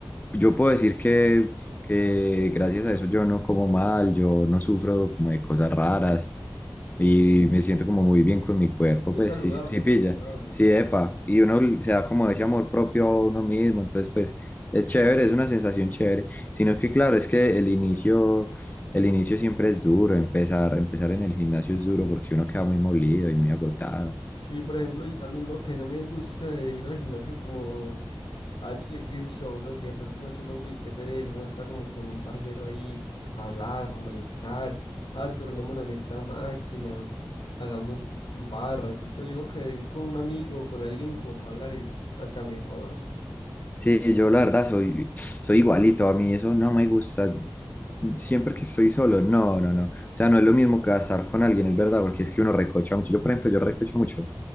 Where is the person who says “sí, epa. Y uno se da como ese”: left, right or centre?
Left